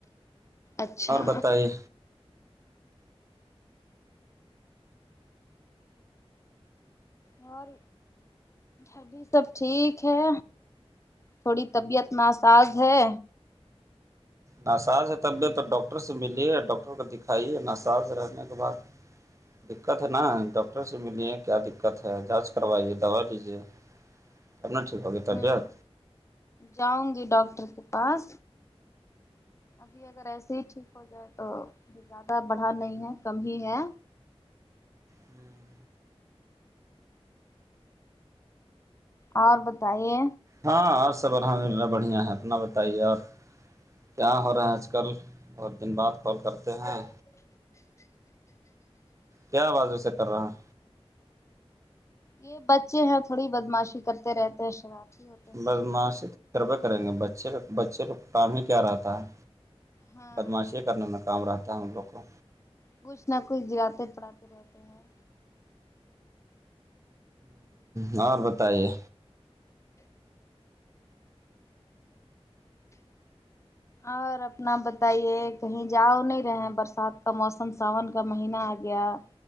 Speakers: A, on the left; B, on the right.
A: اچھا
B: بتائیے
A: اور ابھی سب ٹھیک ہے تھوڑی طبیعت ناساز ہے
B: نساز ہے طبیعت ڈاکٹر سے ملی ہے ڈاکٹر کو دکھائی ہے نساز رہنے کے بعد دقت ہے نا ڈاکٹر سے ملیے کیا دقت ہے جانچ کروائیے دوا لیجیے
A: <inaudible>
B: آپنا ٹھیک ہو
A: ہوں
B: ت بیت
A: جاؤں گی ڈاکٹر کے پاس ابھی اگر ایسے ہی ٹھیک ہو جائے تو زیادہ بڑھا نہیں ہے کم ہی ہے
B: ہوں
A: اور بتائیے
B: ہاں آپ سب الحمد للہ بڑھیا ہے اپنا بتائیے اورپ کیا ہو رہا ہے آج کل بہت دن بعد کال کرتے ہیں کیا آواز اسے کر رہا ہے
A: یہ بچے ہیں تھوڑی بدماشی کرتے رہتے ہیں شرارتی ہو
B: بس معاشی تجربے کریں گے بچے کا بچے کو کام ہی کیا رہتا ہے
A: ہاں
B: بدماشی کرنے میں کام رہتا ہے ہم لوگ کو
A: کچھ نہ کچھ گراتے پڑھاتے رہتے ہیں
B: ہ اور بتائیے
A: اور اپنا بتائیے کہیں جاؤ نہیں رہے برسات کا موسم ساون کا مہینہ آ گیا